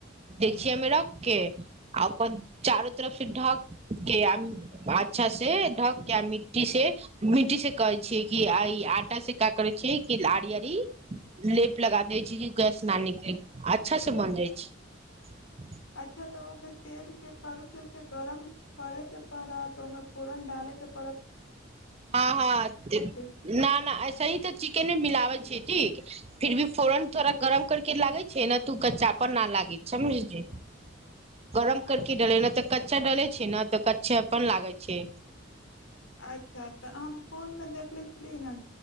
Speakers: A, on the right (about 30°); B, on the left (about 85°).
A: देखिय हममे रक के आकर चारो तरफ से ढक के अच्छा से ढक के आ मिट्टी से मिट्टी से कहै छीियै कि आ ई आटा शिका कर छै कि लड़ियरी लेप लगा दै छै कि गैस न निकले अच्छा से माजदई जाइ छै
B: अच्छा त ओमे तेल के करु तेलक गरम करैके पड़ा त पूरन डालैके
A: ह ह
B: के
A: नऐस तऽ चिकेन मिल छै ठीक फिर भी फोरन थोड़ा गरम कर के लागे छै ने तू कच्चापर न लागे छै समझलिय
B: <inaudible>
A: गरम कर
B: अ-
A: कऽ डलै ने तऽ कच्चा डलै छै ने तऽ कच्चा अपन लागै छै
B: अच्छा तऽ हम फोन मे देखले छली न